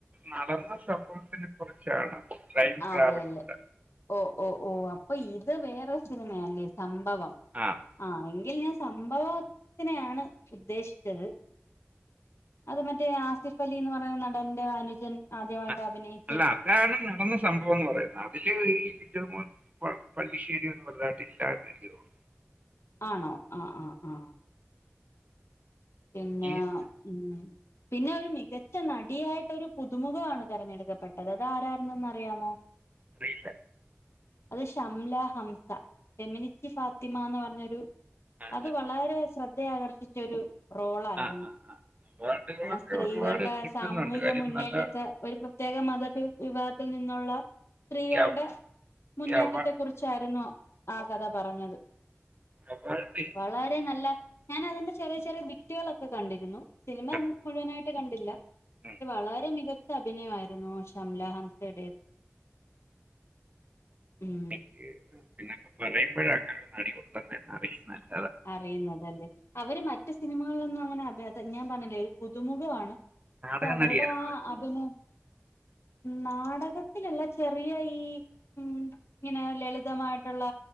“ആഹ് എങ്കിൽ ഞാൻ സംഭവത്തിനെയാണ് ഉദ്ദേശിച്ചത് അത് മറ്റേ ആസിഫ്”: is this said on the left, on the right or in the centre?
Left